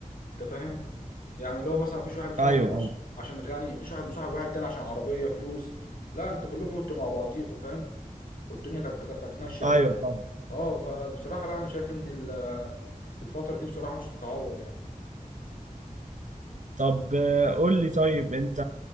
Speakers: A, on the left; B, on the right.
A: انت فاهم يعني اللي هو مثلا مفيش واحد مصاحب
B: ايوه
A: تاني
B: ايوه
A: عش- عشان غني مفيش واحد مصاحب واحد تاني عشان عربية فلوس لا انت كلكم كنتوا مع بعضيكوا فاهم والدنيا كانت كانت ماشية
B: ايوه
A: حلو
B: طبعا
A: اه فبصراحة لا انا شايف ان ال- الفترة دي بصراحة مش تتعوض يعني
B: طب آه، قول لي طيب انت